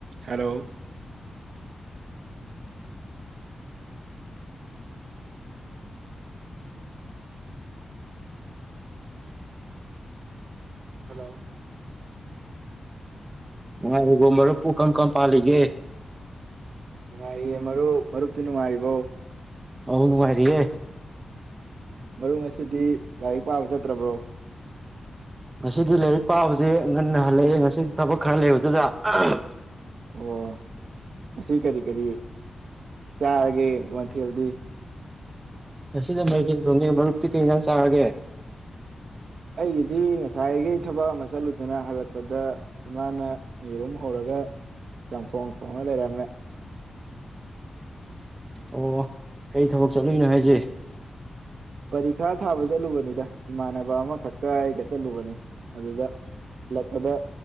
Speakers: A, on the right; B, on the right.
A: ꯍꯂꯣ꯫ ꯍꯂꯣ꯫
B: ꯅꯨꯡꯉꯥꯏꯔꯤꯕꫭ ꯃꯔꯨꯞꯄꯨ ꯀꯝ ꯀꯝ ꯄꯥꯜꯂꯤꯒꯦ꯫
A: ꯅꯨꯡꯉꯥꯏꯔꯤꯌꯦ ꯃꯔꯨꯞ ꯃꯔꯨꯞꯇꯤ ꯅꯨꯡꯉꯥꯏꯔꯤꯕꯣ꯫
B: ꯑꯧ ꯅꯨꯡꯉꯥꯏꯔꯤꯌꯦ꯫
A: ꯃꯔꯨꯞ ꯉꯁꯤꯗꯤ ꯂꯥꯏꯔꯤꯛ ꯄꯥꯕ ꯆꯠꯇ꯭ꯔꯕ꯭ꯔꯣ꯫
B: ꯉꯁꯤꯗꯤ ꯂꯥꯏꯔꯤꯛ ꯄꯥꯕꯁꯦ ꯉꯟꯅ ꯍꯜꯂꯛꯑꯦ ꯉꯁꯤꯗꯤ ꯊꯕꯛ ꯈꯔ ꯂꯩꯕꯗꯨꯗꯥ ꯑꯍꯍꯝ꯫
A: ꯑꯣ ꯑꯁꯤ ꯀꯔꯤ ꯀꯔꯤ ꯆꯥꯔꯒꯦ ꯃꯊꯦꯜꯗꯤ꯫
B: ꯉꯁꯤꯗ ꯃꯩꯔꯦꯟ ꯊꯣꯡꯉꯦ ꯃꯔꯨꯞꯇꯤ ꯀꯩ ꯍꯤꯟꯖꯥꯡ ꯆꯥꯔꯒꯦ꯫
A: ꯑꯩꯒꯤꯗꯤ ꯉꯁꯥꯏꯈꯩ ꯊꯕꯛ ꯑꯃ ꯆꯠꯂꯨꯗꯅ ꯍꯜꯂꯛꯄꯗ ꯏꯃꯥꯅ ꯌꯦꯔꯨꯝ ꯍꯧꯔꯒ ꯆꯝꯊꯣꯡ ꯊꯣꯡꯉ ꯂꯩꯔꯝꯃꯦ꯫
B: ꯑꯣ ꯀꯔꯤ ꯊꯕꯛ ꯆꯠꯂꯨꯏꯅꯣ ꯍꯥꯏꯖꯦ꯫
A: ꯄꯔꯤꯈꯥ ꯊꯥꯕ ꯆꯠꯂꯨꯕꯅꯤꯗ ꯏꯃꯥꯟꯅꯕ ꯑꯃꯈꯛꯀ ꯑꯩꯒ ꯆꯠꯂꯨꯕꯅꯤ꯫ ꯑꯗꯨꯗ ꯂꯛꯄꯗ